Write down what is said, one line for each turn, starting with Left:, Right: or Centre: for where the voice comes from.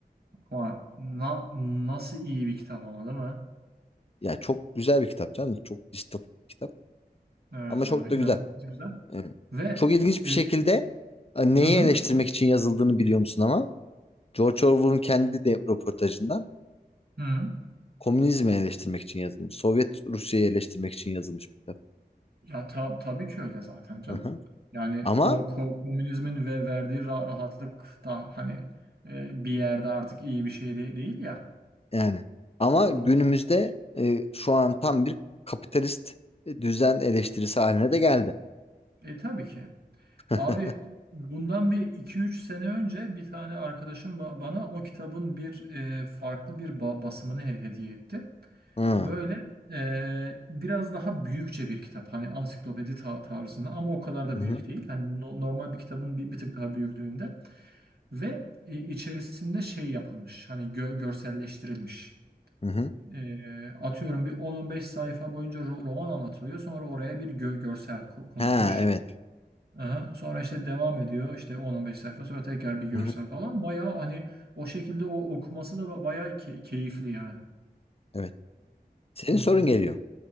Right: Ama na- nasıl iyi bir kitap ama değil mi?
Left: Ya çok güzel bir kitap canım. Çok distopik bir kitap.
Right: Evet
Left: Ama
Right: abi
Left: çok
Right: inanılmaz
Left: da güzel.
Right: güzel.
Left: Evet.
Right: Ve
Left: Çok ilginç bir
Right: e,
Left: şekilde e, neyi
Right: hı hı,
Left: eleştirmek için yazıldığını biliyor musun ama? George Orwell'ın kendi de röportajından
Right: hı.
Left: komünizmi eleştirmek için yazılmış. Sovyet Rusya'yı eleştirmek için yazılmış bir kitap.
Right: Ya ta- tabii ki öyle zaten canım.
Left: Hı hı.
Right: Yani
Left: Ama
Right: o ko- komünizmin ve verdiği ra- rahatlık da hani e, bir yerde artık iyi bir şey de- değil ya.
Left: yani ama
Right: O,
Left: günümüzde e, şu an tam bir kapitalist düzen eleştirisi haline de geldi.
Right: e tabii ki.
Left: <laughs>
Right: Abi bundan bir iki üç sene önce bir tane arkadaşım ba- bana o kitabın bir e, farklı bir ba- basımını he- hediye etti.
Left: Hı.
Right: Böyle e, biraz daha büyükçe bir kitap. Hani ansiklopedi ta- tarzında ama o kadar da
Left: Hı hı.
Right: büyük değil. Hani no- normal bir kitabın bir, bir tık daha büyüklüğünde. Ve e, içerisinde şey yapılmış. Hani gö- görselleştirilmiş.
Left: Hı
Right: E, atıyorum bir 10-15 sayfa boyunca ro- roman anlatılıyor. Sonra oraya bir gö- görsel ko- konulmuş.
Left: Ha evet.
Right: Aha, sonra işte devam ediyor işte 10-15 sayfa sonra tekrar bir görsel
Left: Hı hı.
Right: falan. Bayağı hani o şekilde o okuması da ba- bayağı key- keyifli yani.
Left: Evet. Senin
Right: Hı hı.
Left: sorun geliyor.